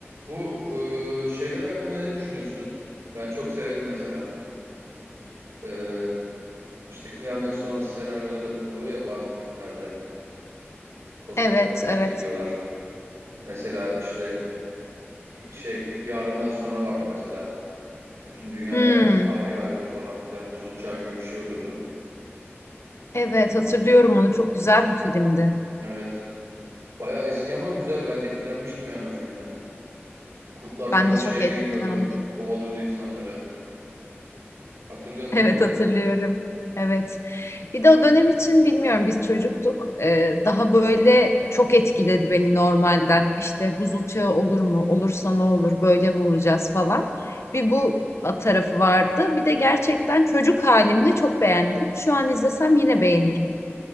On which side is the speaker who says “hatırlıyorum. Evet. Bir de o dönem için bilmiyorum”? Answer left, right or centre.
Left